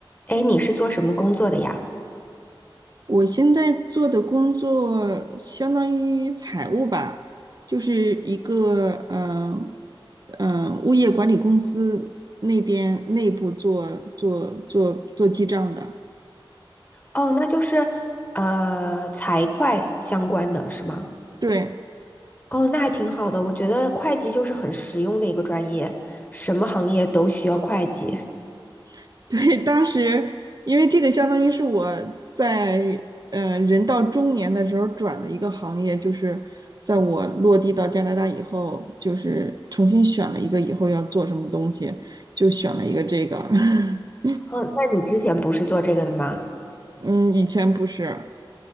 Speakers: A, on the left (about 20°); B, on the right (about 50°).
A: 哎，你是做什么工作的呀？
B: 我现在做的工作相当于财务吧，就是一个嗯嗯、呃呃物业管理公司那边内部做做做做记账的。
A: 哦，那就是呃财会相关的是吗？
B: 对
A: 哦，那还挺好的，我觉得会计就是很实用的一个专业，什么行业都需要会计。<laughs>
B: <laughs> 对，当时因为这个相当于是我在呃人到中年的时候转的一个行业，就是在我落地到加拿大以后，就是重新选了一个以后要做什么东西，就选了一个这个。<laughs>
A: 哦，那你之前不是做这个的吗？
B: 嗯，以前不是。